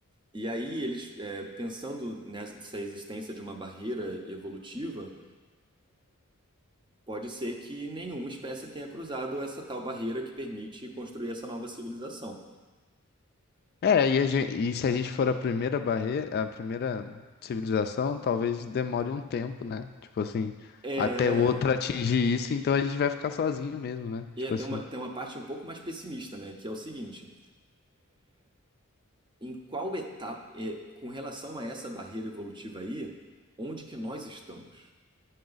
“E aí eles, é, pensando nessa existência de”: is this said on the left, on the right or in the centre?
Right